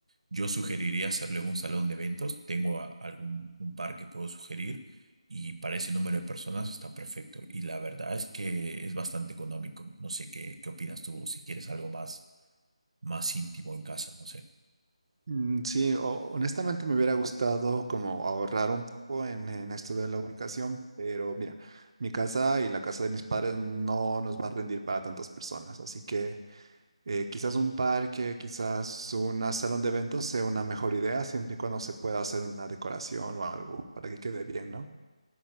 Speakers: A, on the right (about 65°); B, on the right (about 45°).
A: yo sugeriría hacerle un salón de eventos. Tengo a- algún un par que puedo sugerir y para ese número de personas está perfecto. Y la verdad es que es bastante económico. No sé qué, qué opinas tú o si quieres algo más, más íntimo en casa, no sé.
B: Mm, Sí, o- honestamente me hubiera gustado como ahorrar un poco en, en esto de la ubicación, pero mira, mi casa y la casa de mis padres no nos va a rendir para tantas personas, así que Eh, quizás un parque, quizás un salón de eventos sea una mejor idea, siempre y cuando se pueda hacer una decoración o algo para que quede bien, ¿no?